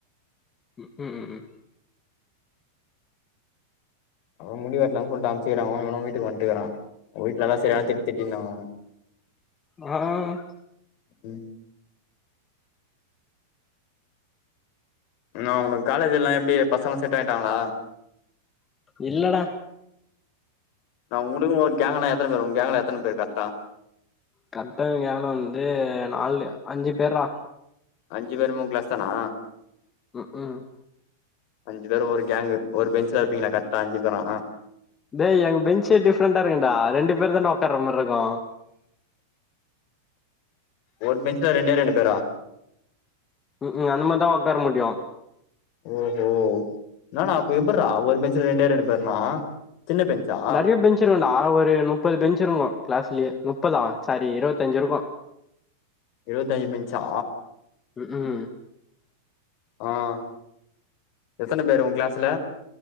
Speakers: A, on the left; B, on the left.
A: உம் உம்
B: அப்பறம் முடி வெட்டலாம் சொல்லிட்டு அனுப்புச்சிக்கிறாங்க இவனு வீட்டுக்கு வந்துட்டுக்கறான் வீட்டுல எல்லா சரியான திட்டி திட்டிட்டு இருந்தா அவன
A: ஆஹ்
B: உம் நா உனக்கு காலேஜ் எல்லாம் எப்டி பசங்க செட் ஆயிட்டாங்களா
A: இல்லடா
B: நா உங்களுக்கோரு கேங்னா எத்தன பேரு உங்க கேங்ல எத்தன பேரு கரக் டா
A: கட்ட கலம் வந்து நாலு அஞ்சு பேர்ரா
B: அஞ்சு பேருமே உன் கிளாஸ் தானா
A: உம் உம்
B: அஞ்சு பேரும் ஒரு கேங்கு ஒரு பெஞ்சல இருப்பீங்களா கரெட்டா அஞ்சு பேரா
A: டேய் எங்க பெஞ்சு ஏ டிஃப்ரெண்டா இருக்குடா ரெண்டு பேர் தான் உக்கார மாரி இருக்கும்
B: ஒரு பெஞ்ல ரெண்டே ரெண்டு பேரா
A: உம் அந்த மாரிதான் உட்கார முடியும்
B: ஓஹோ நானா அப்ப எப்புறா ஓரு பெஞ்ச்ல ரெண்டே ரெண்டு பேர்னா சின்ன பெஞ்சா
A: நிறைய பெஞ்ச் இருக்கும்டா ஒரு முப்பது பெஞ்ச் இருக்கும் கிளாஸ்லயே முப்பதா சாரி இருவதஞ்சு இருக்கு
B: இருபதஞ்சு பெஞ்சா
A: உம் உம்
B: ஆஹ் எத்தன பேரு உன் கிளாஸ்ல